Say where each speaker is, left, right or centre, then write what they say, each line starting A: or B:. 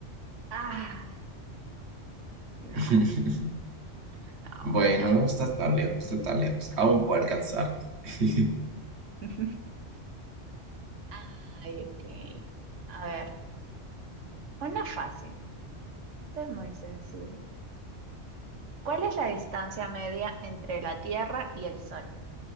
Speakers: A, on the right (about 80°); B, on the right (about 65°).
A: Ah, no,
B: <laughs>
A: no,
B: Bueno,
A: no.
B: no está tan lejos, no está tan lejos. Aún puedo alcanzarte. <laughs>
A: <laughs> Ay, ok. A ver, una fácil. Esta es muy sencilla. ¿Cuál es la distancia media entre la Tierra y el Sol?